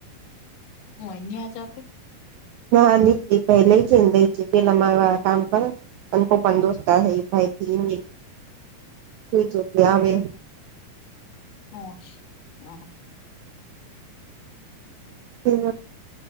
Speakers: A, on the left; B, on the right.
A: હું અહીંયાજ આપે-
B: ના નીચે પહેલે છે દે છે પેલાવા કામ પર- અને પપાન દોસ્ત હ ભાઈથીમ કીધું આવે-
A: હા હા-
B: મેન